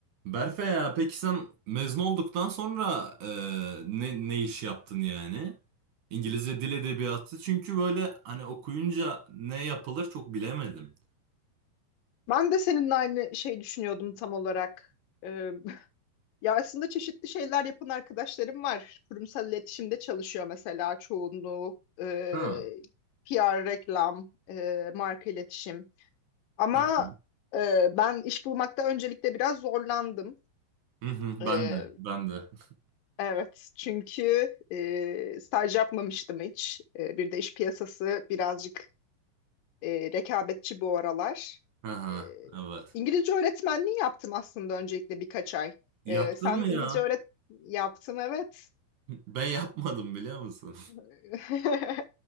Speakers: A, on the right; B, on the left.
A: Berfe ya peki sen mezun olduktan sonra e, ne, ne iş yaptın yani? İngilizce dil edebiyatı çünkü böyle hani okuyunca ne yapılır çok bilemedim.
B: Ben de seninle aynı şey düşünüyordum tam olarak. Ee, <laughs> ya aslında çeşitli şeyler yapan arkadaşlarım var. Kurumsal iletişimde çalışıyor mesela çoğunluğu. Ee,
A: Ha.
B: PR, reklam, e, marka iletişim. Ama
A: Ha.
B: e, ben iş bulmakta öncelikle biraz zorlandım.
A: Hı hı,
B: E,
A: ben de ben de. <laughs>
B: Evet, çünkü e, staj yapmamıştım hiç. E, bir de iş piyasası birazcık e, rekabetçi bu aralar.
A: Ha ha,
B: E,
A: evet.
B: İngilizce öğretmenliği yaptım aslında öncelikle birkaç ay.
A: Yaptın
B: E, sen
A: mı
B: İngilizce
A: ya?
B: öğret yaptın evet.
A: Ben yapmadım biliyor musun?
B: <laughs>